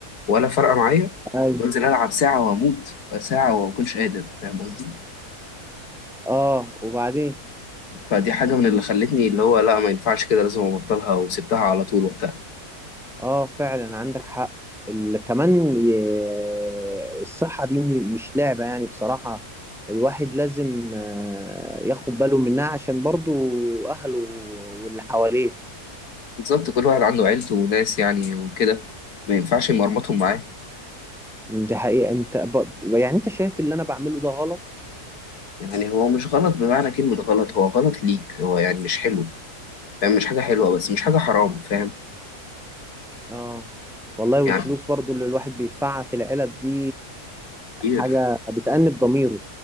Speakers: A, on the left; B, in the centre.
A: ولا فارقة معايا
B: ايوه
A: بنزل ألعب ساعة وأموت ساعة وما أكونش قادر فاهم قصدي؟
B: اه وبعدين
A: فدي حاجة من اللي خلتني اللي هو لا ما ينفعش كده لازم أبطلها وسبتها على طول وقتها
B: اه فعلا عندك حق ال... كمان ي- الصحة دي م- مش لعبة يعني بصراحة الواحد لازم آه، ياخد باله منها عشان برضو اهله واللي حواليه
A: بالظبط كل واحد عنده عيلته وناس يعني وكده ما ينفعش يمرمطهم معاه
B: دي حقيقة انت ب... يعني انت شايف اللي انا بعمله ده غلط
A: يعني هو مش غلط بمعنى كلمة غلط هو غلط ليك هو يعني مش حلو فاهم مش حاجة حلوة بس مش حاجة حرام فاهم
B: اه والله والفلوس
A: يعني
B: برضو اللي الواحد بيدفعها في العلب دي
A: كتير
B: حاجة بتأنب ضميره